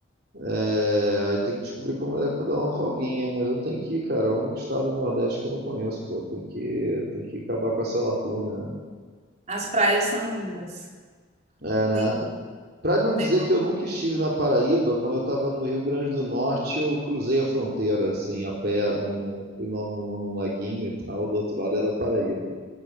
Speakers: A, on the right (about 50°); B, on the right (about 35°).
A: É... Aí tem que descobrir como é que eu vou dar uma folguinha, mas eu tenho que ir, cara. É o único estado do Nordeste que eu não conheço, pô. Tem que, tem que acabar com essa lacuna, né?
B: As praias são lindas.
A: É, né?
B: Lindas.
A: Para não dizer
B: Tem
A: que eu nunca estive na Paraíba, quando eu estava no Rio Grande do Norte, eu cruzei a fronteira, assim, a pé, num, fui lá num, num laguinho e tal, do outro lado era Paraíba.